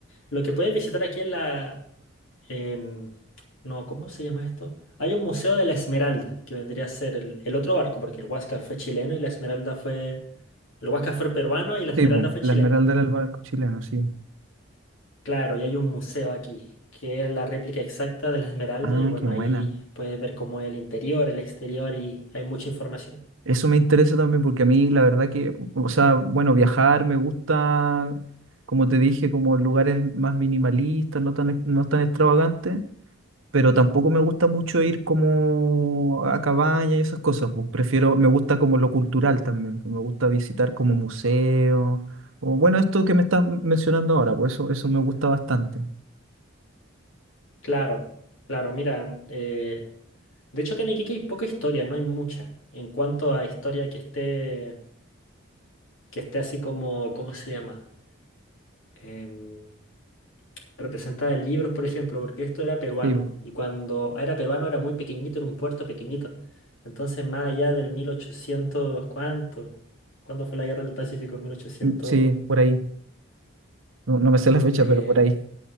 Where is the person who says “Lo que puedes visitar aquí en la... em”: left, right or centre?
Left